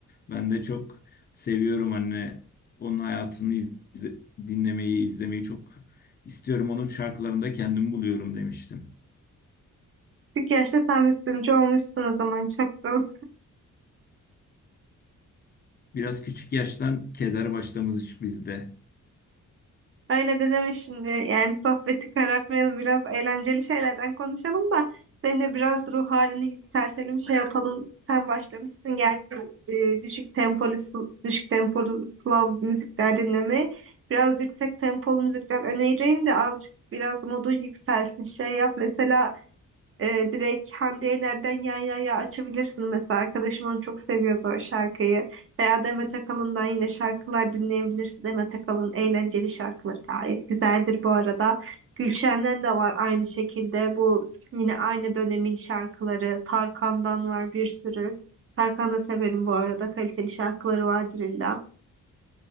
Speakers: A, on the left; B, on the right.
A: Ben de çok seviyorum anne. Onun hayatını izle- dinlemeyi, izlemeyi çok istiyorum. Onun şarkılarında kendimi buluyorum demiştim.
B: Çünkü yaşta sen Müslümcü olmuşsun o zaman çaktım.
A: Biraz küçük yaştan keder başlamış bizde.
B: Öyle de deme şimdi. Yani sohbeti karartmayalım. Biraz eğlenceli şeylerden konuşalım da senin de biraz ruh halini yükseltelim, şey yapalım. Sen başlamışsın gerçi e, düşük tempolu sl- düşük tempolu Slav müzikler dinlemeye. Biraz yüksek tempolu müzikler önereyim de azıcık biraz modun yükselsin. Şey yap mesela e, direkt Hande Yener'den Ya Ya Ya açabilirsin mesela. Arkadaşım onu çok seviyordu o şarkıyı. Veya Demet Akalın'dan yine şarkılar dinleyebilirsin. Demet Akalın eğlenceli şarkıları gayet güzeldir bu arada. Gülşen'den de var aynı şekilde. Bu yine aynı dönemin şarkıları. Tarkan'dan var bir sürü. Tarkan'ı da severim bu arada. Kaliteli şarkıları vardır illa.